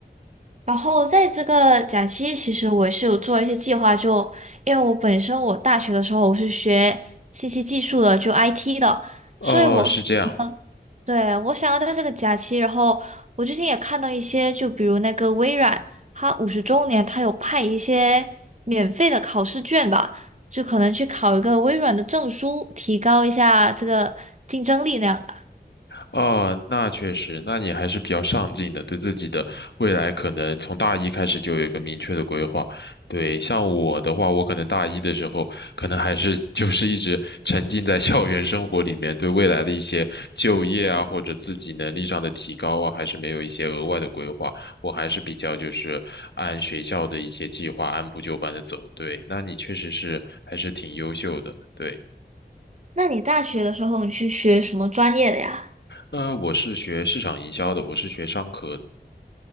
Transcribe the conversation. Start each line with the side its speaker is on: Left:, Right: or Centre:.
Right: 然后在这个假期，其实我是有做一些计划就，因为我本身我大学的时候我是学信息技术的，就 IT 的，
Left: 哦，
Right: 所以我
Left: 是这样。
Right: 对，我想要在这个假期，然后我最近也看到一些，就比如那个微软，它五十周年，它有派一些免费的考试卷吧，就可能去考一个微软的证书，提高一下这个竞争力那样的。
Left: 哦，那确实，那你还是比较上进的，对自己的未来可能从大一开始就有一个明确的规划。对，像我的话，我可能大一的时候，可能还是 <laughs> 就是一直沉浸在校园生活里面，对未来的一些就业啊，或者自己能力上的提高啊，还是没有一些额外的规划。我还是比较就是按学校的一些计划按部就班的走。对，那你确实是还是挺优秀的。对，
Right: 那你大学的时候，你去学什么专业的呀？
Left: 那我是学市场营销的，我是学商科的。